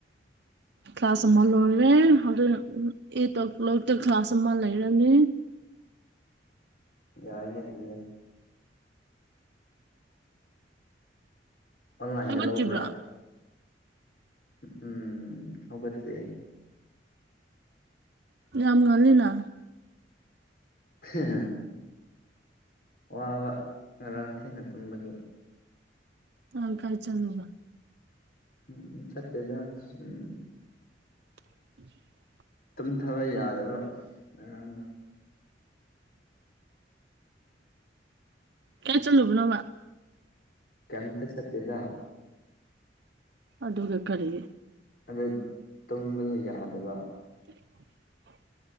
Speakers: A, on the right; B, on the left.
A: ꯀ꯭ꯂꯥꯁ ꯑꯃ ꯂꯣꯏꯔꯦ ꯑꯗꯨ ꯑꯩꯠ ꯑꯣ ꯀ꯭ꯂꯣꯛꯇ ꯀ꯭ꯂꯥꯁ ꯑꯃ ꯂꯩꯔꯅꯤ꯫
B: ꯌꯥꯏꯅꯦ <unintelligible> ꯑꯣꯟꯂꯥꯏꯟꯗ
A: ꯍꯧꯒꯠꯇ꯭ꯔꯤꯕ꯭ꯔꯣ
B: ꯂꯧꯕ꯭ꯔꯥ ꯎꯝ ꯍꯧꯒꯠꯇ꯭ꯔꯤ꯫
A: ꯌꯥꯝ ꯉꯟꯂꯤꯅ꯫
B: ꯑꯍꯥ꯫ ꯋꯥꯕ ꯉꯔꯥꯡ ꯊꯦꯡꯅ ꯇꯨꯝꯕꯒꯤ꯫
A: ꯉꯥꯡ ꯀꯥꯢ ꯆꯜꯂꯨꯕ꯫
B: ꯎꯝ ꯆꯠꯇꯦꯗ ꯁꯨꯝ꯫
A: <inaudible>
B: ꯇꯨꯝꯊꯕ ꯌꯥꯗꯕ ꯉꯔꯥꯡꯗꯣ꯫
A: ꯀꯥꯢ ꯆꯜꯂꯨꯕ ꯅꯣꯕ꯫
B: ꯀꯩꯝꯇ ꯆꯠꯇꯦꯗ꯫
A: ꯑꯗꯨꯒ ꯀꯔꯤꯒꯤ꯫
B: ꯑꯗ ꯇꯨꯝꯕꯗꯨ ꯌꯥꯗꯕ꯫
A: <inaudible>